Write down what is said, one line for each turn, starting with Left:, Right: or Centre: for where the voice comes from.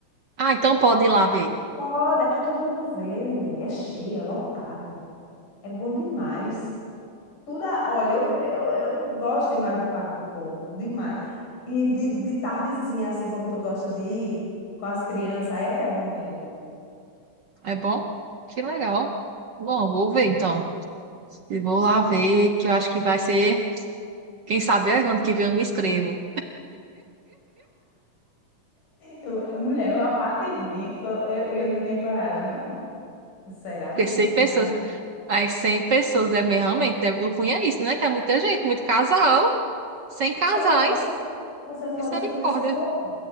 Right: Ah, então pode ir lá ver.
Left: Pode, é pra todo mundo ver, mulher. É cheio, é lotado. É bom demais. Tudo, a- olha, eu, eu, eu gosto demais do Parque do Povo, demais. E de, de tardezinha, assim como tu gosta de ir com as crianças, aí é que é bom mesmo.
Right: É bom? Que legal. Bom, vou ver então. E vou lá ver, que eu acho que vai ser. Quem sabe é ano que vem eu me inscrevo.
Left: Eu- mulher, a parte ruim é que to- eu, eu não tinha coragem, não. Sinceramente,
Right: Porque 100 pessoas,
Left: imagina.
Right: mas 100 pessoas devem realmente. Deve, eu punha isso, né? Que é muita gente, muito casal, sem casais.
Left: Você não pode, es- você não pode
Right: Misericórdia.
Left: escolher sua roupa.